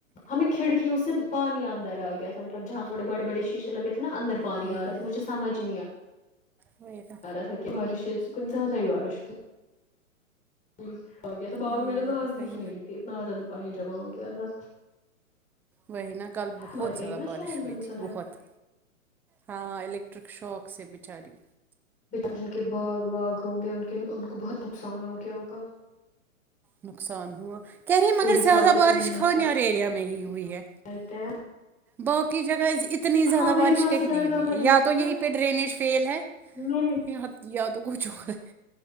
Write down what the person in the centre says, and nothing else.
ہوں
ہوں
وہی نا
ہوں
وہی
نا
وہی نا کل بہت
زیادہ
بارش
ہوئی
تھی
بہت
ہاں الیکٹرک شوق سے بھی چاری
نقصان ہوا کہہ رہی ہیں مگر
زیادہ
بارش
کانار
ایریا میں ہی ہوئی ہے
باقی جگہ اتنی زیادہ
بارش
کہیں نہیں
ہوئی
ہے
یا تو یہیں پہ ڈرینیج فیل ہے
یا یا تو گ جوڑ